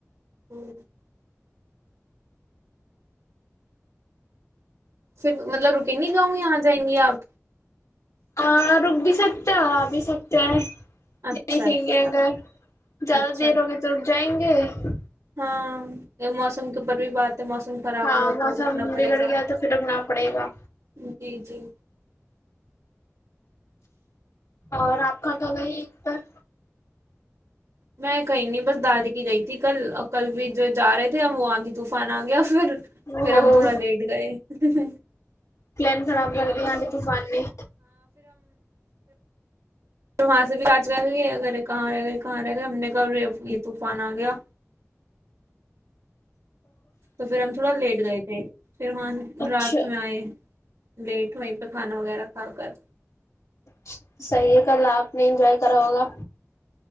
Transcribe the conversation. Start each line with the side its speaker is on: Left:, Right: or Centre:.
Right: ہوں پھر مطلب رکیں گی گاؤں یہاں آ جائیں گی آپ
Left: آ رب دی سکتے ہیں اور آ بھی سکتے ہیں
Right: اچھا
Left: دیکھیں
Right: اچھا
Left: گے اگر زیادہ
Right: اچھا
Left: دیر ہوگی تو جائیں گے ہ۔
Right: ہاں یہ موسم کے اوپر بھی بات موسم خراب
Left: ہاں
Right: ہوا
Left: موسم
Right: تو رکنا پڑے
Left: بگڑ
Right: گا
Left: گیا تو پھر رکنا پڑے گا
Right: جی جی
Left: اور آپ کا کیا کہی ایک پر
Right: میں کہیں نہیں بس دادی کی گئی تھی کل کل بھی جو جا رہے تھے ہم وہ آندھی طوفان آ گیا پھر
Left: وہ
Right: پھر
Left: ہو
Right: ہم تھوڑا لیٹ گئے ج ہ
Left: پلن خراب کر گیا آنی طفان میں
Right: اور وہاں سے بھی آچ گ گ یہ اے کہاں رہ گے کہاں رہ گئے ہم نے گھر یہ طوفان آ گیا تو پھر ہم تھوڑا لیٹ ے پھر وہاں سے
Left: اچھا
Right: رات میں آئے لیٹ ہویں پہ کھانا وغیرہ کھا کر
Left: چ صحیح کل آپ نے انجوائے کرا ہوگا